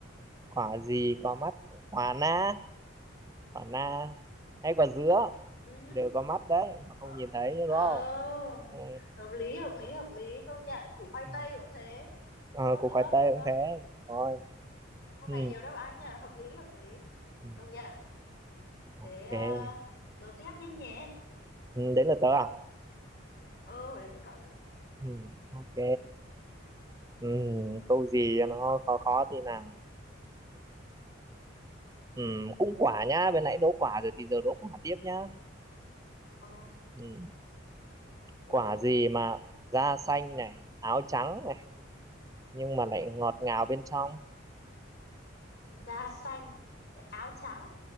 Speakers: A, on the right; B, on the left.
A: quả gì có mắt quả na quả na hay quả dứa
B: ừ.
A: đều có mắt đấy mà không
B: ờ,
A: nhìn thấy
B: ờ,
A: đúng không ừ.
B: hợp lý hợp lý hợp lý công nhận củ khoai
A: ừ.
B: tây cũng thế ờ
A: à, củ
B: được
A: khoai tây
B: được
A: cũng thế rồi
B: câu
A: ừ.
B: này nhiều đáp án nhỉ hợp lý hợp lý
A: ừ, ừ.
B: công nhận
A: ok
B: thế à, đố tiếp đi nhỉ
A: ừ, đấy là tớ à
B: ừ đến lượt cậu nữa
A: ừ. ok ừ. câu gì cho nó khó khó thì nào ừ. cũng quả nhá bên nãy đố quả rồi thì giờ đố quả tiếp nhá
B: ừ
A: ừ.
B: đố
A: quả
B: đi đố
A: gì
B: đi
A: mà da xanh này áo trắng này nhưng mà lại ngọt ngào bên trong
B: da xanh áo trắng